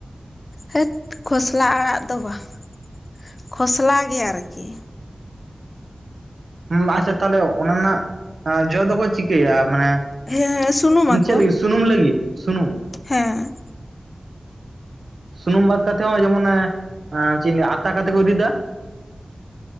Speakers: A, on the left (about 50°); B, on the right (about 75°).
A: ᱦᱟᱹᱴ ᱠᱷᱚᱥᱞᱟ ᱟᱲᱟᱜ ᱫᱚ ᱵᱟᱝ, ᱠᱷᱚᱥᱞᱟ ᱜᱮ ᱟᱨᱠᱤ᱾
B: ᱦᱩᱸ ᱟᱪᱪᱷᱟ ᱛᱟᱦᱚᱞᱮ ᱚᱱᱟ ᱨᱮᱱᱟᱜ ᱡᱚ ᱫᱚᱠᱚ ᱪᱤᱠᱟᱹᱭᱟ? ᱢᱟᱱᱮ
A: ᱦᱮᱸ ᱥᱩᱱᱩᱢ ᱟᱠᱚ
B: ᱪᱮᱫ ᱞᱟᱹᱜᱤᱫ ᱥᱩᱱᱩᱢ ᱞᱟᱹᱜᱤᱫ, ᱥᱩᱱᱩᱢ᱾
A: ᱦᱮᱸ
B: ᱥᱩᱱᱩᱢ ᱵᱟᱫ ᱠᱟᱛᱮᱫ ᱦᱚᱸ ᱡᱮᱢᱚᱱ ᱚᱱᱮ, ᱟᱛᱟ ᱠᱟᱛᱮ ᱠᱚ ᱨᱤᱫᱟ᱾